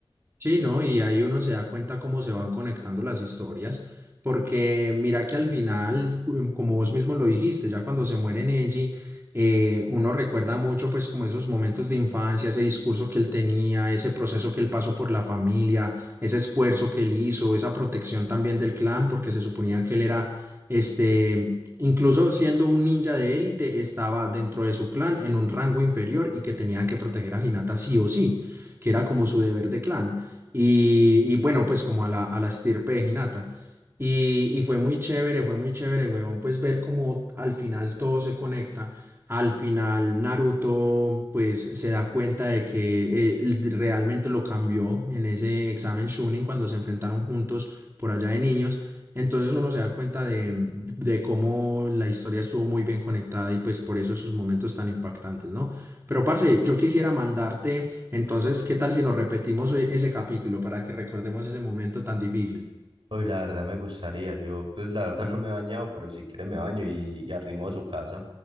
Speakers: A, on the right; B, on the right.
A: Sí, ¿no? Y ahí uno se da cuenta cómo se van conectando las historias, porque mira que al final, cu- como vos mismo lo dijiste, ya cuando se muere Neji, eh, uno recuerda mucho pues como esos momentos de infancia, ese discurso que él tenía, ese proceso que él pasó por la familia, ese esfuerzo que él hizo, esa protección también del clan, porque se suponía que él era, este, incluso siendo un ninja de élite, estaba dentro de su clan en un rango inferior y que tenía que proteger a Hinata sí o sí, que era como su deber de clan. Y, y bueno, pues como a la, a la estirpe de Hinata. Y, y fue muy chévere, fue muy chévere, huevón, pues ver cómo al final todo se conecta. Al final Naruto pues se da cuenta de que eh, l- realmente lo cambió en ese examen Chunin cuando se enfrentaron juntos por allá de niños. Entonces uno se da cuenta de, de cómo la historia estuvo muy bien conectada y pues por eso esos momentos tan impactantes, ¿no? Pero parce, yo quisiera mandarte entonces, ¿qué tal si nos repetimos e- ese capítulo para que recordemos ese momento tan difícil?
B: Hoy la verdad me gustaría, yo pues la verdad no me he bañado, pero si quiere me baño y, y arrimo a su casa.